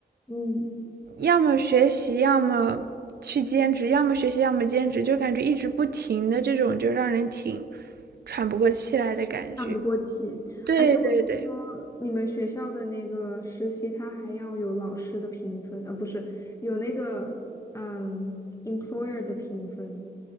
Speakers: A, on the left; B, on the right.
A: 嗯，
B: 要么学习，要么去兼职，要么学习，要么兼职，就感觉一直不停的这种，就让人挺喘不过气来的感觉。
A: 看不过去。
B: 对对对
A: 而且我听说你们学校的那个实习，它还要有老师的评分，呃，不是，有那个嗯，employer 的评分，